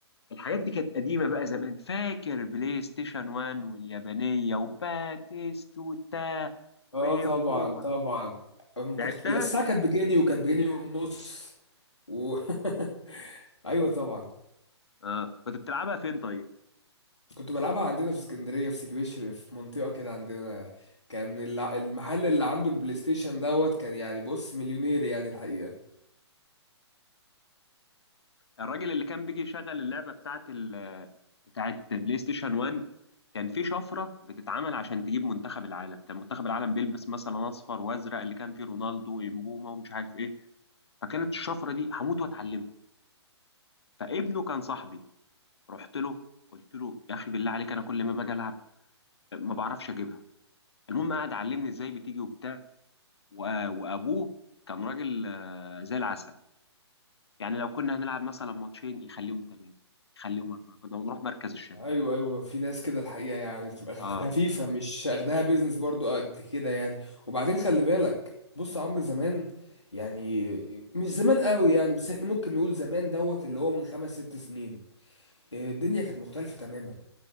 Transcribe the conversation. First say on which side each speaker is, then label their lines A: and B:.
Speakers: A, on the left; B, on the left.
A: الحاجات دي كانت قديمه بقى زمان فاكر بلاي ستيشن 1 واليابانيه وباتيستوتا
B: اه
A: وبوما
B: طبعا طبعا أم
A: لعبتها
B: كنت الساعة كانت بجنيه وكانت بجنيه ونص و... <laughs> ايوه طبعا
A: اه كنت بتلعبها فين طيب
B: كنت بلعبها عندنا في اسكندرية في سيدي بشر في منطقة كده عندنا كان الع- المحل اللي عنده البلاي ستيشن دوت كان يعني بص مليونير يعني الحقيقة
A: الراجل اللي كان بيجي يشغل اللعبه بتاعت ال بتاعت بلاي ستيشن 1 كان في شفره بتتعمل عشان تجيب منتخب العالم كان منتخب العالم بيلبس مثلا اصفر وازرق اللي كان فيه رونالدو ويمبوما ومش عارف ايه فكانت الشفره دي هموت واتعلمها فابنه كان صاحبي رحت له قلت له يا اخي بالله عليك انا كل ما باجي العب ما بعرفش اجيبها المهم قعد علمني ازاي بتيجي وبتاع و- وابوه كان راجل آه، زي العسل يعني لو كنا هنلعب مثلا ماتشين يخليهم ثلاثه يخليهم اربعه كنا بنروح مركز الشباب
B: ايوه ايوه في ناس كده الحقيقة يعني بتبقى <laughs> خفيفة
A: اه
B: مش اخدها بيزنس برضو قد كده يعني وبعدين خلي بالك بص يا عمرو زمان يعني مش زمان قوي يعني بس احنا ممكن نقول زمان دوت اللي هو من خمس ست سنين الدنيا كانت مختلفة تماما